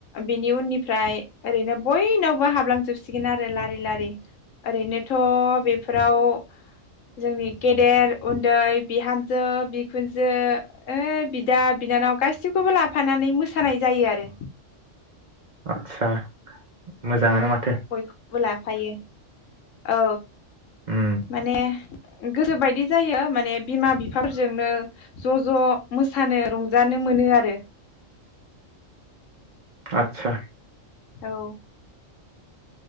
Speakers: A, on the left; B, on the right.
A: बिनि उननिफ्राय ओरैनो बयनावबो हाबलांजोबसिगोन आरो लारि लारि ओरैनोथ' बेफोराव जोंनि गेदेर उन्दै बिहामजो बिखुनजो ओ बिदा बिनानाव गासैखौबो लाफानानै मोस सानाय जायो आरो
B: सा मोजाङानो मा
A: बय बो लाफायो औ
B: उम
A: माने गोसो बायदि जायो माने बिमा बिफाफोरजोंनो ज' ज' मोसानो रंजानो मोनो आरो
B: आतसा
A: औ